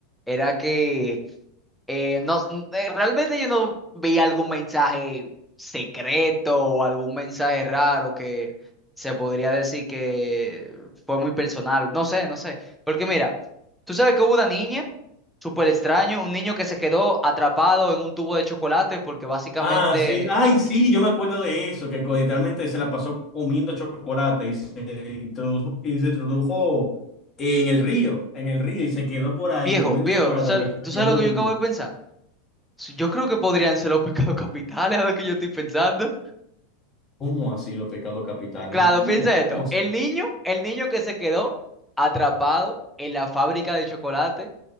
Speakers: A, in the centre; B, on the left (about 30°).
A: era que eh, no, n- eh, realmente yo no vi algún mensaje secreto o algún mensaje raro que se podría decir que fue muy personal. No sé, no sé. Porque mira, tú sabes que hubo una niña súper extraño, un niño que se quedó atrapado en un tubo de chocolate porque básicamente,
B: Ah, sí. Ay, sí, yo me acuerdo de eso, que literalmente se la pasó comiendo chocolate y se introdujo, y se introdujo en el río, en el río, y se quedó por ahí
A: viejo,
B: comiendo
A: viejo,
B: chocolate
A: ¿tú sabes,
B: que se la
A: tú sabes
B: llevó
A: lo que
B: el
A: yo
B: tubo.
A: acabo de pensar? Sí, Yo creo que podrían ser los pecados capitales, <laughs> a lo que yo estoy pensando.
B: ¿Cómo así los pecados capitales?
A: Claro,
B: ¿Cómo,
A: piensa esto.
B: cómo así?
A: El niño, el niño que se quedó atrapado en la fábrica de chocolate